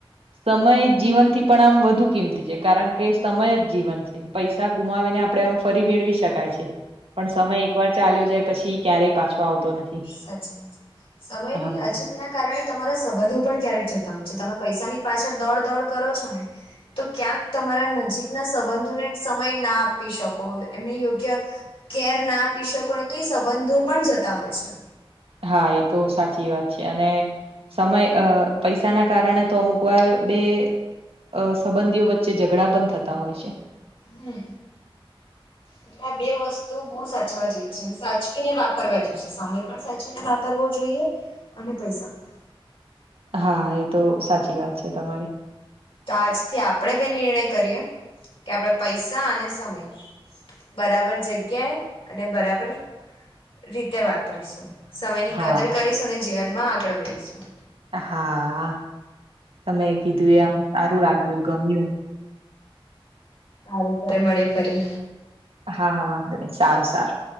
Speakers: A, on the right; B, on the left.
A: સમય જીવનથી પણ આમ વધુ કિંમતી છે, કારણ કે સમય જ જીવન છે. પૈસા ગુમાવીને આપડે આમ ફરી મેળવી શકાય છે. પણ સમય એકવાર ચાલ્યો જાય, પછી ક્યારેય પાછો આવતો નથી.
B: સાચી વાત, સમયની
A: હા
B: અછત. ના કારણે, તમારા સંબંધો પણ ક્યારેક જતા હોય છે. તમે પૈસાની પાછળ દોડ દોડ કરો છો ને તો ક્યાંક તમારા નજીકના સંબંધોને સમય ના આપી શકો, એમને યોગ્ય કેર ના પીસકોને તો એ સંબંધો પણ જતા હોય છે.
A: હા, એ તો સાચી વાત છે. અને સમય અ પૈસાના કારણે તો અમુક વાર બે અ સંબંધીઓ વચ્ચે ઝઘડા પણ થતા હોય છે.
B: હને. એટલે આ બે વસ્તુ બહુ સાચવા જેવી છે. સાચવી ને વાપરવા જઈએ. સમય પણ સાચીને વાપરવો જોઈએ, અને પૈસા પણ
A: હા, એ તો સાચી વાત છે તમારી.
B: તો આજથી આપણેે બે નિર્ણય કરીએ કે આપણે પૈસા અને સમય બરાબર જગ્યાએ અને બરાબર રીતે વાપરીશું. સમય ની
A: હા
B: કદર કરીશું અને જીવન માં આગળ વધીશું.
A: હા, તમે કીધું એમ સારું લાગ્યું, ગમ્યું.
B: હ ર ત્યારે મળીે ફરી.
A: હા, હા, વાંધો ન. સારું, સારું.